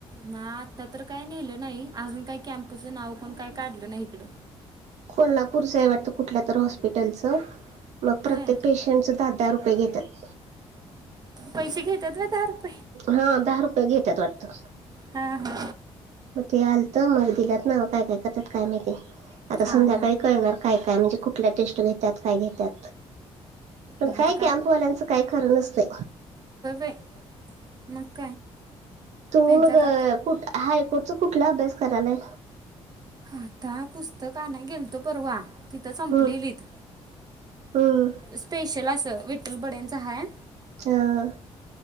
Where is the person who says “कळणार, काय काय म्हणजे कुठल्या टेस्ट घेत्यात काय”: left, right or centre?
Right